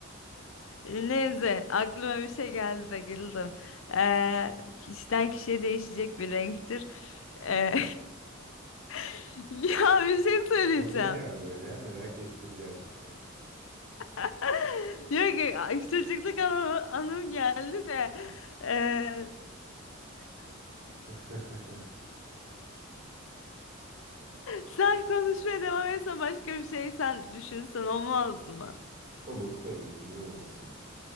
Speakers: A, on the left (about 70°); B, on the right (about 45°).
A: <laughs> neyse aklıma bir şey geldi de güldüm. Eee, kişiden kişiye değişecek bir renktir. Eee, <laughs> ya bir şey
B: Aklına
A: söyleyeceğim.
B: ne geldi öyle ya merak ettim gerçekten.
A: <laughs> Diyor ki "Ay, çocukluk anı- anım geldi de eee,
B: <laughs>
A: sen konuşmaya devam etsen başka bir şey sen düşünsen olmaz mı?
B: Olur tabii ki niye olmasın.